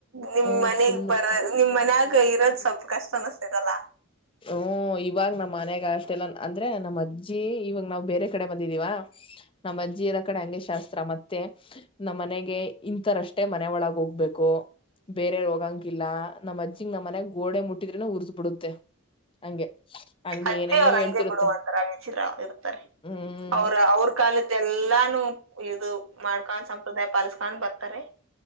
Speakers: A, on the right; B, on the left.
A: ನಿಮ್ಮ್
B: ಹ್ಮ
A: ಮನೆಗ್
B: ಫುಲ್ಲು
A: ಬರ ನಿ ಮ ನಾಗ ಇರ ಸಪ್ಪ ಕಷ್ಟತ ನಸ್ತೆ ತಲ್ಲ
B: ಹ್ಮ್ ಇವಾಗ ನಮ್ ಮನ್ಯಾಗ ಅಷ್ಟೆಲ್ಲ ಅಂದ್ರೆ ನಮ್ಮ್ ಅಜ್ಜಿ ಇವಾಗ ನಾವವು ಬೇರೆ ಕಡೆ ಬಂದಿದೀವ ನಮ್ ಅಜ್ಜಿ ಇರ ಕಡೆ ಹಂಗೆ ಶಾಸ್ತಿ ಮತ್ತೆ ನಮ್ಮ ಮನೆಗೆ ಇಂತರಷ್ಟೇ ಮನೆ ಒಳಗ ಹೋಗ್ಬೇಕು ಬೇರೆ ರೋಗಂಗ ಇಲ್ಲ ನಮ್ಮ ಅಜ್ಜಿಗ್ ನಮ್ಮ್ನ್ಯಾಗ ಗೋಡೆ ಮುಟ್ಟಿದ್ರೆನ ಊರುಸ್ ಬಿಡುತ್ತೆ ಹಂಗೆ ಹಂಗೆ
A: ಅಜ್ಜಿ
B: ಏನೇನೋ
A: ಅವ್ರ
B: ಹೇಳ್ತಿರುತ್ತೆ
A: ಅಂಗೆ ಬಿಡು ಒಂತರ ವಿಚಿತ್ರ ಇರ್ತಾರೆ
B: ಹ್ಮ್
A: ಅವ್ರ ಅವ್ರ ಕಾಲದ್ದ ಎಲ್ಲಾ ಇದು ಮಾಡ್ಕೊಂಡ್ ಸಂಪ್ರದಾಯ ಪಾಲಸ್ಕೊಂಡ್ ಬರ್ತಾರೆ